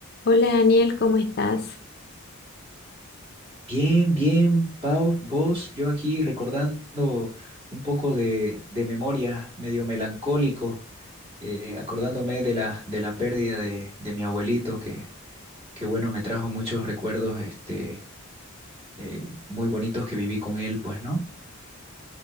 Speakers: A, on the left; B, on the right.
A: Hola Daniel, ¿cómo estás?
B: Bien, bien, Pau, vos, yo aquí recordando un poco de, de memoria, medio melancólico, eh, acordándome de la, de la pérdida de, de mi abuelito, que, que bueno, me trajo muchos recuerdos este, eh, muy bonitos que viví con él, pues, ¿no?